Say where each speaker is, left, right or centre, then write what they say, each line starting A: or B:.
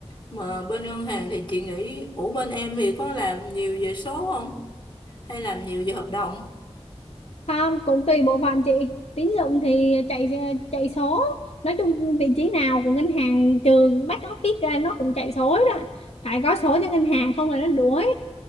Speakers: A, on the left (about 45°); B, on the left (about 70°).
A: Mà bên ngân hàng thì chị nghĩ, ủa bên em thì có làm nhiều về số không? Hay làm nhiều về hợp đồng?
B: không cũng tùy bộ phận chị tín dụng thì chạy chạy số nói chung vị trí nào của ngân hàng trừ back office ra nó cũng chạy số đó phải có số cho ngân hàng không là nó đuối